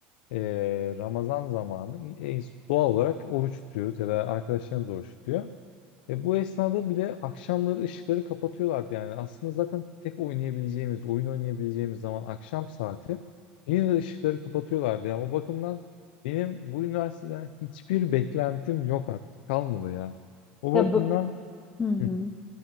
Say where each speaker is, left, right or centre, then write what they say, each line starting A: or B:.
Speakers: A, on the left; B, on the left.
A: eee, Ramazan zamanı e, doğal olarak oruç tutuyoruz ya da arkadaşlarımız oruç tutuyor. Ve bu esnada bile akşamları ışıkları kapatıyorlardı yani. Aslında zaten tek oynayabileceğimiz, oyun oynayabileceğimiz zaman akşam saati yine de ışıkları kapatıyorlardı ya. O bakımdan benim bu üniversiteden hiçbir beklentim yok artık. Kalmadı ya. O
B: Ya
A: bakımdan
B: bö- Hı hı.
A: hı,